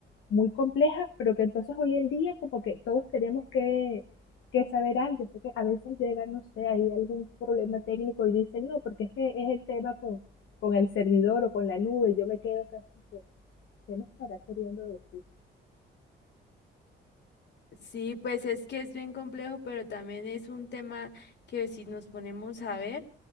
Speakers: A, on the left; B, on the left.
A: muy compleja, pero que entonces hoy en día como que todos tenemos que que saber algo. Sé que a veces llega, no sé, hay algún problema técnico y dicen, no, porque es que es el tema con, con el servidor o con la nube. y Yo me quedo casi que, ¿qué me estará queriendo decir?
B: Sí, pues es que es bien complejo, pero también es un tema que si nos ponemos a ver,